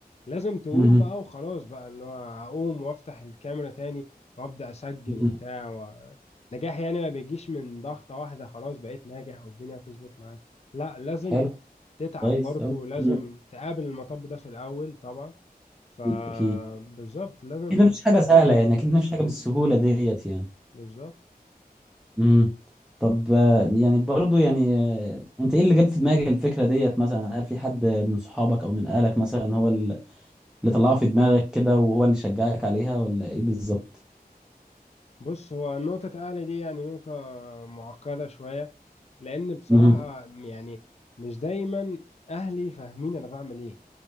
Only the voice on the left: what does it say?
لازم تقوم
بقى وخلاص بقى اللي هو اقوم وافتح الكاميرا تاني وابدا اسجل
وبتاع و... نجاح يعني ما بيجيش من ضغطة واحدة خلاص بقيت ناجح والدنيا هتظبط معاك لا لازم
تتعب
برضو
لازم
تقابل المطب ده في الاول طبعا فبالظبط
لازم
تصبر
بالظبط
بص هو نقطة أهلي دي يعني نقطة معقدة شوية لأن بصراحة
يعني مش دايما أهلي فاهمين أنا بعمل إيه